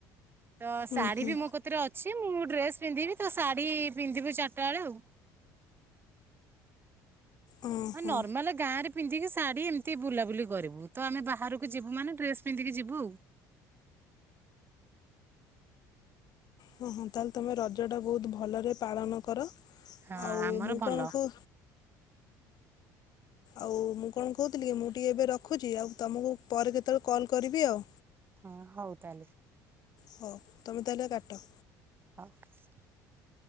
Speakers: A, on the right; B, on the left.
A: ତ
B: ହୁଁ
A: ଶାଢ଼ୀ
B: ହୁଁ।
A: ବି ମୋ କତିରେ ଅ ମୁଁ ଡ୍ରେସ୍ ପିନ୍ଧିବି ତ ଶାଢ଼ୀ ପିନ୍ଧିବି ଚାରଟା ବେଳେ ଆଉ
B: ଓଁ ହଁ
A: ନର୍ମାଲ ଗାଁ ରେ ପିନ୍ଧିକି ଶାଢ଼ୀ ଏମିତି ବୁଲାବୁଲି କରିବୁ ତ ଆମେ ବାହାରକୁ ଯିବୁ ମାନେ ଡ୍ରେସ୍ ପିନ୍ଧିକି ଯିବୁ।
B: ତାହେଲେ ତମେ ରଜ ଟା ବହୁତ୍ ଭଲ ରେ ପାଳନ କର।
A: ହଁ
B: ଆଉ
A: ଆମର
B: ମୁଁ
A: ଭଲ।
B: କଣ କହୁ ଆଉ ମୁଁ କଣ କହୁଥିଲି କି ମୁଁ ଟିକେ ଏବେ ରଖୁଛି ଆଉ ତମକୁ ପରେ କେତେବେଳେ କଲ୍ କରିବି ଆଉ
A: ହଁ ହଉତାହେଲେ।
B: ହଉ ତମେ ତାହେଲେ କାଟ।
A: <inaudible>